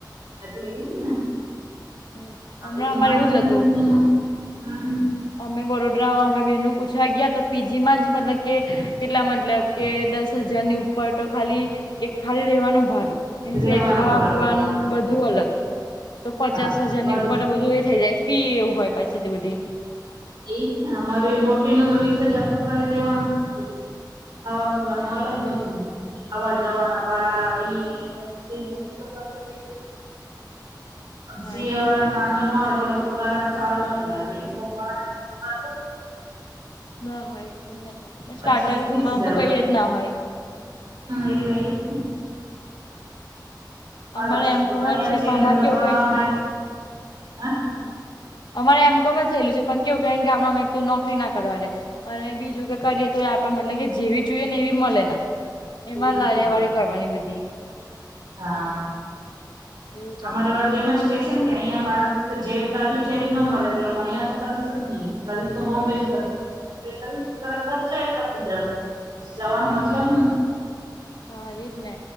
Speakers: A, on the right; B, on the left.
A: એટલે એમ ને
B: હમ
A: હવે
B: હમણાં
A: એ
B: અમારે
A: માનતી
B: એવું જ
A: નથી
B: હતું
A: ને એમાં હમ
B: અમે વડદરામાં અમે બેન પૂછવા ગયા તો પીજી માં જ મતલબ કે કેટલા મતલબ કે દસ હજારની ઉપર તો ખાલી એક ખાલી રેવાનું ભારુ
A: રેવાનું
B: ખાવા
A: ભાડું
B: પીવાનું
A: હા
B: બધું અલગ તો
A: હા
B: પચાસ હજાર
A: અમારે
B: ની ઉપર બધું એ થઈ જાય ફી એવું હોય પાછી તે બધી
A: એ જ ને અમારે મોટી નો તો વીસ હજાર તો ખાલી રેવાનો ખર્ચો છે ખાવા પીવાનું અલગ બધું આવા જવાના ભાડા ઈ જ કેટલો ખર્ચો થઈ જાય પણ
B: હા
A: સીએ
B: એજ
A: વાળા ને વાંધો નો આવે હોય થોડો પગાર જ સારું હોય એટલે નઈ તો પરાણે <inaudible>
B: ના હોય એમને તો સ્ટાર્ટરમાં
A: પચીસ ત્રીસ હજાર
B: તો કઈ જ ના હોય
A: એટલે એ ઈજ ને મારો
B: અમારે
A: છોકરો
B: એમ કોણ
A: તો અહિયાં
B: છે પણ
A: એને
B: અમારે
A: તો
B: કેવું
A: ભણવામાં
B: કે
A: હા
B: હ અમારે એમ કોમે થયેલું છે પણ કેવું ક ગામડા માં એક તો નોકરી ના કરવાડે. અને બીજું કે કરીએ તો આપડે મતલબ કે જેવી જોઈએ ને એવી મળે ના એમાં
A: એવી
B: લારીયા
A: ન મળે
B: વાળી કરવાની બધી
A: હા
B: એવું ચાલે
A: અમારે
B: બધું
A: વાળી એમ જ કેહ છે કે અહિયા મારે જેવી કરવી છે એવી નો મળે એટલે હું અહી યા તો કરી જ હમ્મ કરીશ તો બોમ્બે જ કરી બોમ્બે કરીશ ખર્ચા એટલા થઈ જશે જવાનો મતલબ હુ
B: હા એજ ને